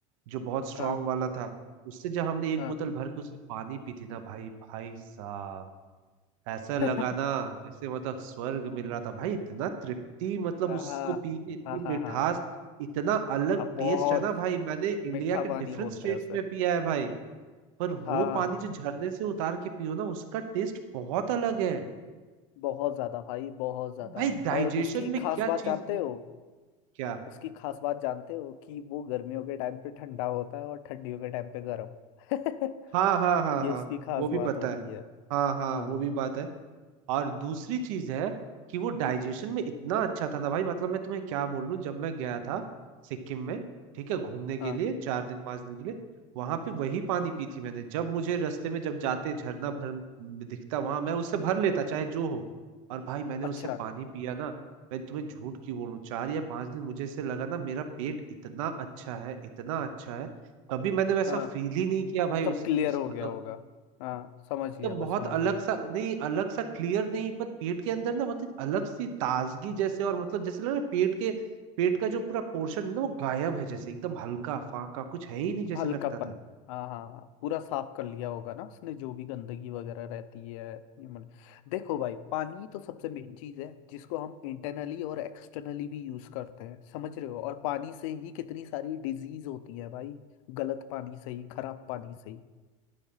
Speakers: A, on the right; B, on the left.
A: जो बहुत स्ट्रांग
B: हाँ
A: वाला था उससे जब हमने एक
B: हाँ
A: बोतल भर के उससे पानी पी थी ना भाई भाई साहब ऐसा
B: <laughs>
A: लगाना जैसे मतलब स्वर्ग मिल रहा था भाई इतना तृप्ति मतलब
B: हाँ
A: उसको पी के इतनी
B: हाँ हाँ
A: मिठास
B: हाँ
A: इतना अलग
B: अब बहुत
A: टेस्ट है ना भाई मैंने इंडिया
B: मीठा
A: के डिफरेंट
B: पानी बोलते
A: स्टेट्स
B: हैं उसे
A: में पिया है भाई पर वो
B: हाँ
A: पानी
B: हाँ,
A: जो झरने से उतार के पियो ना उसका टेस्ट बहुत अलग है
B: बहुत ज्यादा भाई बहुत ज्यादा
A: भाई डाइजेशन
B: और उसकी
A: में
B: खास
A: क्या
B: बात
A: चीज
B: जानते
A: मत
B: हो
A: क्या
B: उसकी खास बात जानते हो कि वो गर्मियों के टाइम पे ठंडा होता है और ठंडियों के टाइम पे गर्म <laughs>
A: हाँ हाँ हाँ
B: ये
A: हाँ
B: उसकी खास
A: वो भी
B: बात
A: पता
B: होती
A: है
B: है
A: हाँ हाँ
B: हाँ
A: वो भी बात है और दूसरी चीज है कि वो डाइजेशन में इतना अच्छा था ना भाई मतलब मैं तुम्हें क्या बोल रहा हूँ जब मैं गया था सिक्किम में ठीक है घूमने के
B: हाँ
A: लिए चार दिन पांच दिन के लिए वहां पे वही पानी पी थी मैंने जब मुझे रास्ते में जब जाते झरना भर दिखता वहां मैं उससे भर लेता चाहे जो हो और भाई मैंने
B: अच्छा
A: उससे पानी पिया ना मैं तुम्हें झूठ क्यों बोलूं चार या पांच दिन मुझे ऐसे लगा ना मेरा पेट इतना अच्छा है इतना अच्छा है कभी मैंने वैसा
B: हाँ
A: फील ही नहीं किया भाई
B: सब
A: उस
B: क्लियर
A: उस
B: हो
A: मतलब
B: गया होगा हाँ समझ
A: एकदम
B: गया मैं
A: बहुत
B: समझ
A: अलग
B: गया
A: सा नहीं अलग सा क्लियर नहीं पर पेट के अंदर ना मतलब अलग सी ताजगी जैसे और मतलब जैसे लग रहा है पेट के पेट का जो पूरा पोर्शन है ना वो गायब है जैसे एकदम हल्का फाका कुछ है ही नहीं जैसे
B: हल्कापन
A: लगता था
B: हाँ हाँ हाँ पूरा साफ कर लिया होगा ना उसने जो भी गंदगी वगैरह रहती है ह्यूमन देखो भाई पानी तो सबसे मेन चीज़ है जिसको हम इंटरनली और एक्सटर्नली भी यूज़ करते हैं समझ रहे हो और पानी से ही कितनी सारी डिजीज होती है भाई गलत पानी से ही खराब पानी से ही